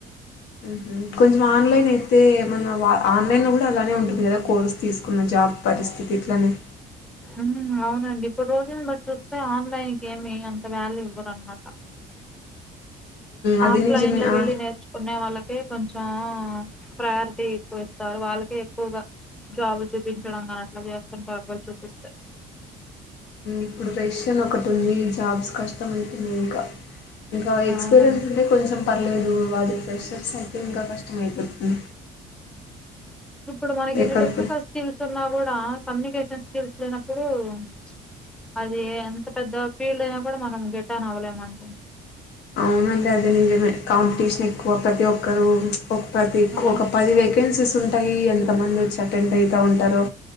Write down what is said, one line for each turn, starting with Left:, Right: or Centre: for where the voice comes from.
Left: ఊహు కొం ఆన్లైన్ అయితే మన ఆన్లైన్ లో అలానే ఉంటుంది కదా కోర్స్ తీసుకున్న జాబ్ పరిస్థితి ఇట్లానే
Centre: ఊ అవునండి ఇప్పుడు రోజుని బట్ చూస్తే ఆన్లైన్కి ఏమి అంత వ్యాల్యూ ఇవ్వరు అన్నమాట
Left: అది
Centre: ఆఫ్లైన్
Left: నిజమే
Centre: లో వెళ్ళి
Left: ఆ!
Centre: నేర్చుకునే వాళ్ళకే కొంచెం ఆ ప్రయారిటీ ఎక్కువ ఇస్తారు వాళ్ళకి ఎక్కువగా జాబులు చూపించడం కానీ అట్లా చేస్తుంటరు ఒక వేళ చూపిస్తే
Left: ఇప్పుడు రష్యన్ ఒకటి ఉంది జాబ్స్ కష్టం ఇంకా ఇంకా ఎక్స్పీరియన్స్
Centre: అవునండి
Left: అంటే కొంచెం పర్లేదు అది ఫ్రెషర్స్ అయితే ఇంకా కష్టం అయిపోతుంది
Centre: ఇప్పుడు మనకి ఎన్ని
Left: ఎక్కడ
Centre: టెక్నికల్
Left: పో
Centre: స్కిల్స్ ఉన్నా కూడా కమ్యూనికేషన్ స్కిల్స్ లేనప్పుడు ప్చ్ అది ఎంత పెద్ద ఫీల్డ్ అయినా కూడా మనం గెట్టాన్ అవ్వలేమండి
Left: అవునులే అది నిజమే కాంపిటీషన్ ఎక్కువ ప్రతి ఒక్కరు ఒక ప్రతి
Centre: ఆ
Left: ఒక పది వేకెన్సీస్ ఉ తయ్యల్ ఎంత మంది వచ్చి అటెండ్ అయితా ఉంటారొ